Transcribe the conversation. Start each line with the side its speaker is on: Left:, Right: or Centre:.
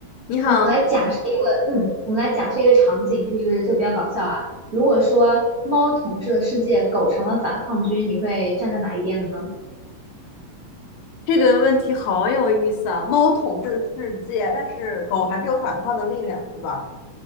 Left: 你好，
Right: 我们来假设一个，嗯，我们来假设一个场景，就是就比较搞笑啊。如果说猫统治了世界，狗成了反抗军，你会站在哪一边呢？
Left: 这个问题好有意思啊！猫统治世界，但是狗还是有反抗的力量，是吧？